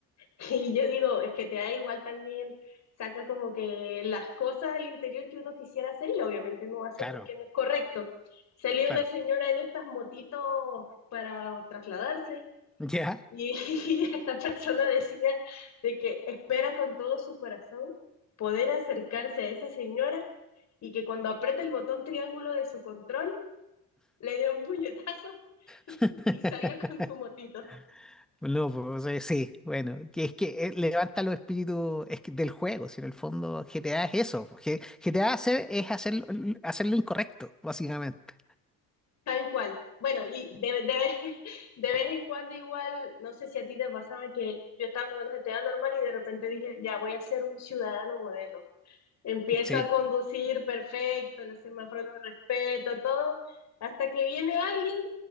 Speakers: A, on the left (about 50°); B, in the centre.
A: <laughs> y yo digo, es que te da igual también saca como que las cosas al interior que uno quisiera hacer y obviamente no va a ser
B: claro,
A: porque no es correcto. Salía
B: claro.
A: una señora en estas motitos para trasladarse
B: ¿Ya?
A: y <laughs> y esta persona decía de que espera con todo su corazón poder acercarse a esa señora y que cuando apriete el botón triángulo de su control le dé un puñetazo <laughs> y,
B: <laughs>
A: y salga con su motito.
B: No, pues eh, sí, bueno, que es que eh, levanta los espíritus es que del juego, si en el fondo GTA es eso, porque GTA hacer, es hacer, hacer lo incorrecto, básicamente.
A: Tal cual. Bueno, y de, de vez, <laughs> de vez en cuando igual, no sé si a ti te pasaba que yo estaba jugando GTA normal y de repente dije, ya voy a ser un ciudadano modelo. Empiezo
B: Sí,
A: a conducir perfecto, los semáforos los respeto, todo, hasta que viene alguien